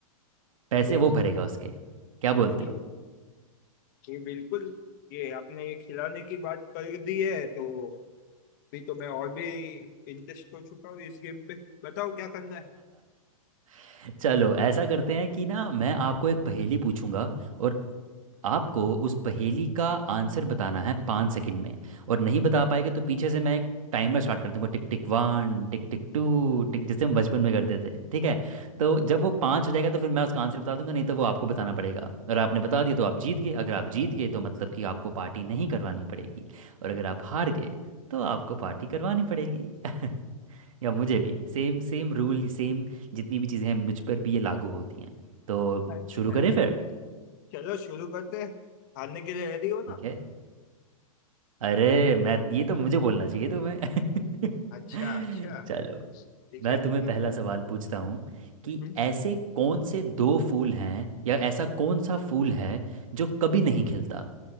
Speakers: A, on the right; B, on the left.
A: पैसे
B: ये
A: वो भरेगा उसके क्या बोलते
B: ये
A: हो
B: ये बिल्कुल ये आपने ये खिलाने की बात कर दी है तो भी तो मैं और भी इंटरेस्ट हो चुका हूँ इस गेम पे बताओ क्या करना है
A: <laughs> चलो ऐसा करते हैं कि ना मैं आपको एक पहेली पूछूंगा और आपको उस पहेली का आंसर बताना है पाँच सेकंड में और नहीं बता पाएंगे तो पीछे से मैं एक टाइमर स्टार्ट कर दूंगा tick tick one tick tick two tick जैसे हम बचपन में करते थे ठीक है तो जब वो पाँच हो जाएगा तो फिर मैं उसका आंसर बता दूंगा नहीं तो वो आपको बताना पड़ेगा और आपने बता दिया तो आप जीत गए अगर आप जीत गए तो मतलब कि आपको पार्टी नहीं करवानी पड़ेगी और अगर आप हार गए तो आपको पार्टी करवानी पड़ेगी <laughs> या मुझे भी सेम सेम रूल सेम जितनी भी चीज़ें हैं मुझ पर भी ये लागू होती हैं तो
B: अच्छा
A: शुरू करें
B: ठीक
A: फिर
B: चलो शुरू करते हैं हारने के लिए रेडी हो
A: ठीक
B: ना
A: है अरे मैं ये तो मुझे बोलना चाहिए तुम्हें <laughs>
B: अच्छा अच्छा
A: चलो
B: ठीक
A: मैं
B: है
A: तुम्हें
B: ठीक
A: पहला
B: है
A: सवाल पूछता हूँ कि
B: हम्म, हम्म।
A: ऐसे कौन से दो फूल हैं या ऐसा कौन सा फूल है जो कभी नहीं खिलता